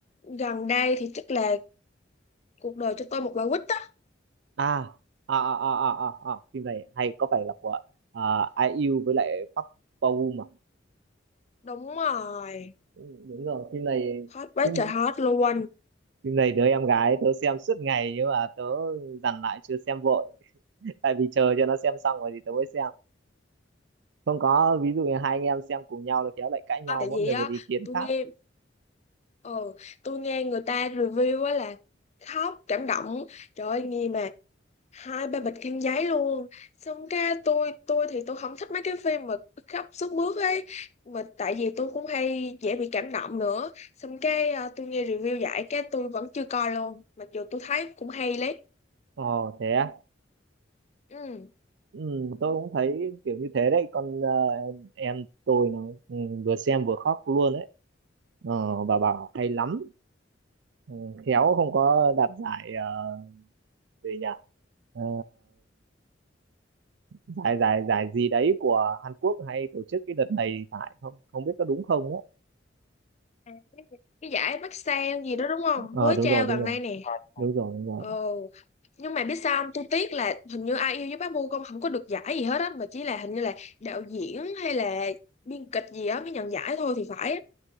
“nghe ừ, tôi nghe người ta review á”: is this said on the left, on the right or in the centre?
Left